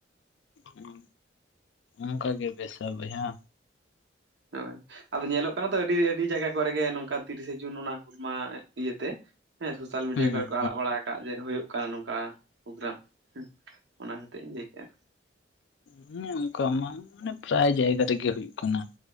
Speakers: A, on the left; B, on the right.
A: ᱦᱮᱸ ᱚᱝᱠᱟ ᱜᱮ ᱵᱮᱥᱟ ᱵᱚᱭᱦᱟ᱾
B: ᱦᱳᱭ ᱟᱫᱚ ᱧᱮᱞᱚᱜ ᱠᱟᱱᱟ ᱛᱚ ᱟᱹᱰᱤ ᱟᱹᱰᱤ ᱡᱟᱭᱜᱟ ᱠᱚᱨᱮᱜᱮ ᱱᱚᱝᱠᱟ ᱛᱤᱨᱤᱥᱮ ᱡᱩᱱ ᱚᱱᱟ ᱢᱟ ᱤᱭᱟᱹᱛᱮ ᱦᱮᱸ ᱥᱳᱥᱟᱞ ᱢᱤᱰᱤᱭᱟ
A: ᱦᱩᱸ
B: ᱠᱚᱨᱮ
A: ᱦᱩᱸ
B: ᱠᱚ ᱟᱲᱟᱜ ᱵᱟᱲᱟ ᱟᱠᱟᱫ ᱡᱮ ᱦᱩᱭᱩᱜ ᱠᱟᱱᱟ ᱱᱚᱝᱠᱟ᱾ ᱯᱨᱳᱜᱨᱟᱢ ᱚᱱᱟ ᱠᱷᱟᱛᱤᱨ ᱤᱧ ᱞᱟᱹᱭ ᱠᱮᱫᱼᱟ
A: ᱦᱩᱸ ᱚᱝᱠᱟ ᱢᱟ ᱢᱟᱱᱮ ᱯᱨᱟᱭ ᱡᱟᱭᱜᱟ ᱨᱮᱜᱮ ᱦᱩᱭᱩᱜ ᱠᱟᱱᱟ